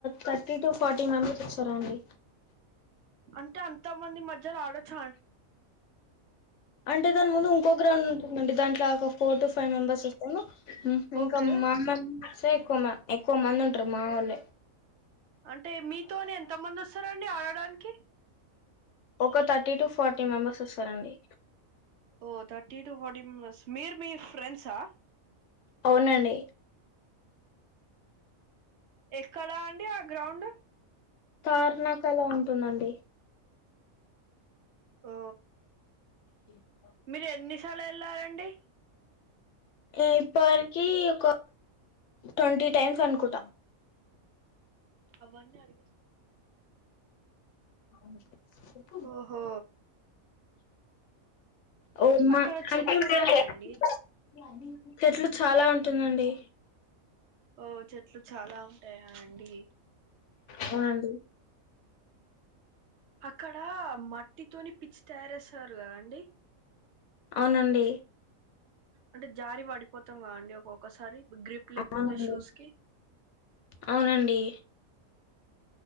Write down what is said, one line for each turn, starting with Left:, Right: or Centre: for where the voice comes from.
Left: తట్టి టు ఫాట్టి మెంబర్స్ ఒస్సారా అండి
Right: అంటే అంత మంది మజ్జల ఆడచ్చ
Left: అంటే దాని ముందు ఇంకో గ్రౌండ్ ఉంటుందండి దాంట్లా ఒక ఫోర్ టు ఫైవ్ మెంబెర్స్ ఒస్తాన ఉ ఇంకా
Right: ఓకే
Left: మామసే ఎక్కు మా ఎక్వ మంది ఉంట్రు మా ఒళ్లే
Right: అంటే మీతోనే ఎంత మంది ఒస్సారండి ఆడడానికి
Left: ఒక తట్టి టు ఫాట్టి మెంబెర్స్ ఒస్సారండి.
Right: ఓ తట్టి టూ ఫాట్టి మెంబర్స్ మీరు మీ ఫ్రెండ్సా
Left: అవునండి.
Right: ఎక్కడా అండి ఆ గ్రౌండు
Left: తార్నాకలా ఉంటుందండి.
Right: ఓ
Left: ఇ
Right: మీరు ఎన్నిసాల్ల ఎళ్లారండి
Left: ఈప్పర్కీ ఒక టొంటి టైమ్స్ అనుకుటా
Right: అవన్ని అడిగేస
Left: అవు
Right: ఓహో
Left: ఓ మా
Right: అక్కడ
Left: కంటే
Right: చెట్లు ఉంటాయా
Left: ఏ
Right: అండి
Left: <unintelligible> చెట్లు చాలా ఉంటుందండి
Right: ఓ చెట్లు చాలా ఉంటాయా అండి
Left: అవునండి
Right: అక్కడ మట్టితోని పిచ్చి తారయేస్తారు కదండి
Left: అవునండి
Right: అంటే జారి పడిపోతాం కదండి ఒక్కొక్కసారి గ్రిప్ లేకపోతే
Left: అవునండి
Right: షూస్ కి
Left: అవునండి